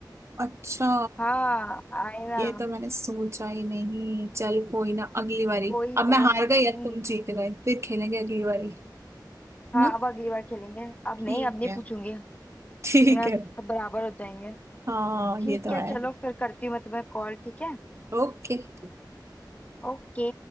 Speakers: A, on the right (about 40°); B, on the left (about 20°).
A: अच्छा
B: हाँ आईना
A: ये तो मैंने सोचा ही नहीं चल कोई ना अगली बारी
B: कोई
A: अब
B: बात
A: मैं हार
B: नहीं
A: गई अब तुम जीत गए फिर खेलेंगे अगली बारी है
B: हाँ
A: ना
B: अब अगली बार खेलेंगे अब
A: ठीक
B: नहीं अब नहीं
A: है
B: पूछूंगी
A: ठीक
B: वरना
A: है
B: सब बराबर हो जाएंगे
A: हाँ ये
B: ठीक
A: तो
B: है
A: है
B: चलो फिर करती हूँ मैं तुम्हें कॉल ठीक है
A: ओके
B: ओके